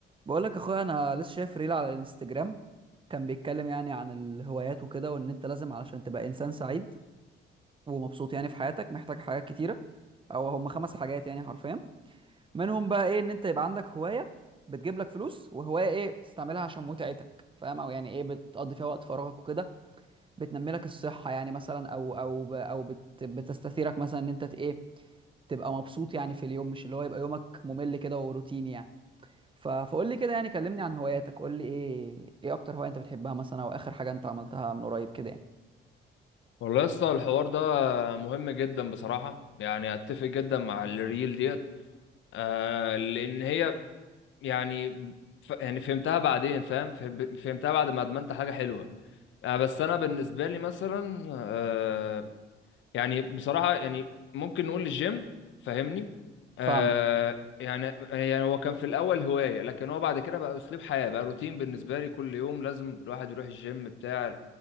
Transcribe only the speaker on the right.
بقول لك اخويا انا لسه شايف ريل على الانستجرام كان بيتكلم يعني عن الهوايات وكده وان انت لازم علشان تبقى انسان سعيد ومبسوط يعني في حياتك محتاج حاجات كتيره او هم خمس حاجات يعني حرفيا منهم بقى ايه ان انت يبقى عندك هوايه بتجيب لك فلوس وهوايه ايه بتستعملها عشان متعتك فاهم او يعني ايه بتقضي فيها وقت فراغك وكده بتنمي لك الصحه يعني مثلا او او ب- او بت بتستثيرك مثلا ان انت ت- ايه تبقى مبسوط يعني في اليوم مش اللي هو يبقى يومك ممل كده وروتيني يعني ف- فقول لي كده يعني كلمني عن هواياتك قول لي ايه ايه اكتر هواية انت بتحبها مثلا او اخر حاجة انت عملتها من قريب كده يعني
فاهمة